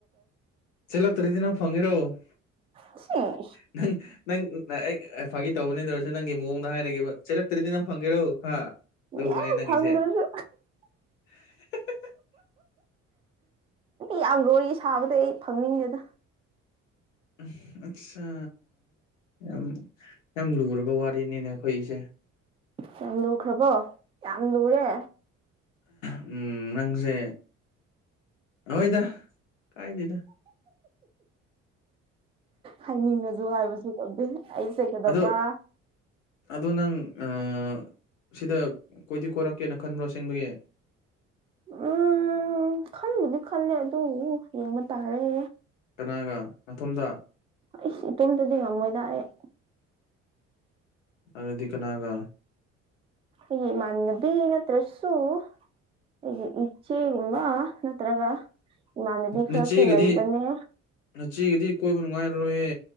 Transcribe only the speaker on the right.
ꯁꯤꯁ
ꯌꯥ
ꯐꯪꯗ꯭ꯔꯁꯨ
ꯌꯥꯝ ꯂꯣ ꯁꯥꯕꯗ ꯑꯩ ꯐꯪꯅꯤꯡꯗꯦꯅ
ꯌꯥꯝ ꯂꯈ꯭ꯔꯕꯣ ꯌꯥꯝ ꯌꯥꯝ ꯂꯨꯔꯦ
ꯍꯥꯏꯅꯤꯡꯉꯁꯨ ꯍꯥꯏꯕꯁꯨ ꯈꯪꯗꯦ ꯑꯩ ꯁꯦꯀꯗꯕ
ꯎꯝ ꯈꯟꯕꯨꯗꯤ ꯈꯜꯂꯦ ꯑꯗꯨꯕꯨ ꯌꯦꯡꯕ ꯇꯥꯔꯦ
ꯑꯩꯁ ꯏꯇꯣꯝꯗꯗꯤ ꯉꯝꯃꯣꯏꯗ ꯑꯩ꯫
ꯑꯩ ꯃꯅꯕꯤꯅ ꯊ꯭ꯔꯁꯨꯨ ꯑꯩꯒꯤ ꯏꯆꯦꯒꯨꯝꯕ ꯅꯠꯇ꯭ꯔꯒ ꯃꯥꯅꯗꯤ ꯈꯔꯁꯨꯨꯂ
ꯏꯕꯅꯦ